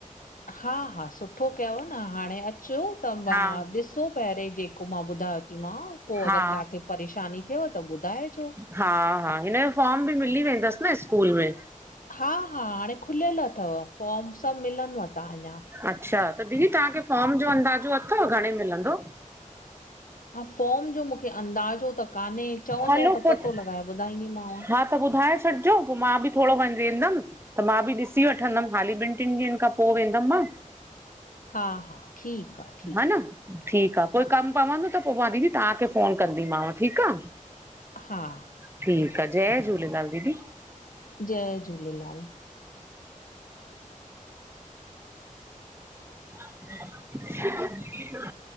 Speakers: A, on the left; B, on the right.
A: हा हा सुठो कयव न हाणे अचो त मां
B: हा
A: ॾिसो पहिरियों जेको मां ॿुधायो। टीमा पोइ
B: हा
A: अगर काथे परेशानी थियएव त ॿुधाइजो
B: हा हा हिनजो फॉर्म बि मिली वेंदस न स्कूल में।
A: हा हा हाणे खुलियल थव फॉर्म सब मिलनिव त अञा।
B: अच्छा त दीदी तव्हांखे फॉम जो अंदाज़ो थव घणे मिलंदो?
A: हा फॉम जो मूंखे अंदाज़ो त कान्हे चवंदव
B: हलो
A: त
B: पोइ
A: पतो लॻाए ॿुधाईंदीमांव?
B: हा त ॿुधाए छॾिजो पोइ मां बि थोरो वञी ईंदम त मां बि ॾिसी वठंदमि हाली ॿिनि टिनि ॾींहंनि खां पोइ वेंदमि मां
A: हा हा ठीकु आहे ठीकु
B: ह न
A: आहे
B: ठीक आ कोई
A: हा
B: कम पवंदो त पोइ मां दीदी तव्हांखे ोन कंदीमांाव ठीक आ।
A: हा --
B: ठीक आहे जय झूलेलाल दीदी।
A: जय झूलेलाल।
B: ह --